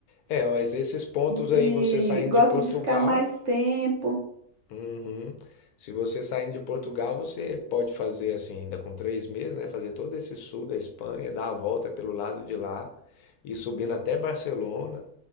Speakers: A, on the left; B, on the right.
A: é, mas esses pontos aí,
B: E
A: você saindo
B: gosto
A: de Portugal,
B: de ficar mais tempo.
A: Uhum. Se você saindo de Portugal, você pode fazer assim, ainda com três meses, né? Fazer todo esse sul da Espanha, dar a volta pelo lado de lá e subindo até Barcelona.